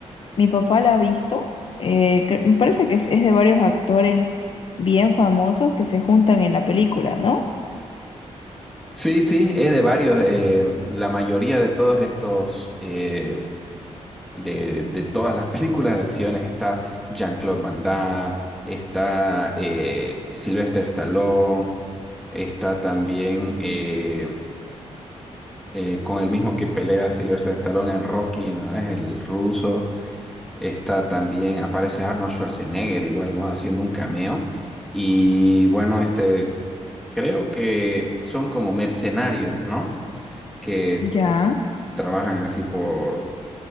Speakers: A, on the left (about 50°); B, in the centre.
A: Mi papá la ha visto. eh, cre- me parece que es, es de varios actores bien famosos que se juntan en la película, ¿no?
B: Sí, sí, es de varios. eh, la mayoría de todos estos eh, de, de todas las <laughs> películas de acciones está Jean-Claude Van Damme, está eh, Sylvester Stallone, está también eh, eh, con el mismo que pelea Sylvester Stallone en Rocky, ¿no? Es el ruso. Está también, aparece Arnold Schwarzenegger igual, ¿no? Haciendo un cameo. Y bueno, este, creo que son como mercenarios, ¿no? Que
A: Ya.
B: trabajan así por